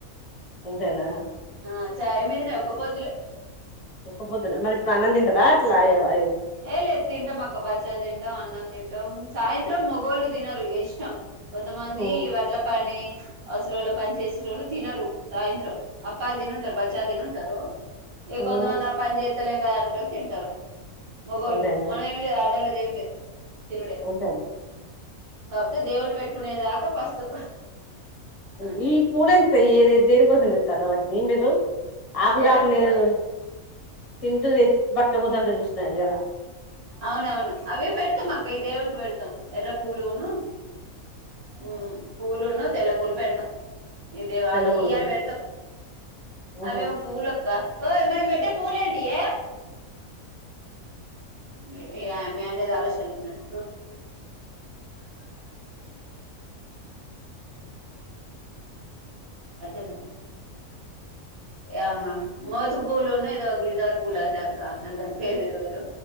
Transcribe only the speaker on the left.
అంతేనా
ఒక్కపొద్దులు మరి ఇప్పుడు అన్నం తింటాదా అట్లా యావ్ యావ్
ఉమ్,
ఉమ్,
అంతేనా
అంతే
ఉమ్
దేని కోసం తెత్తారు వాటిని మీరు ఆకుకాకు
లేదు తింటూ తెచ్చి పట్టకపోతుండ జెస్ట్ స ఎలా
తెల్ల
పూలు
ఉహు.